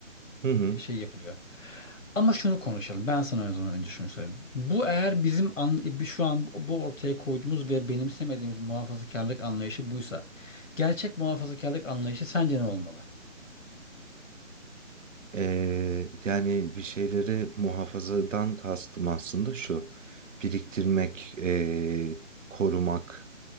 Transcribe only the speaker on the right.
Hı hı.
Ee, yani bir şeyleri muhafazadan kastım aslında şu. Biriktirmek, ee, korumak,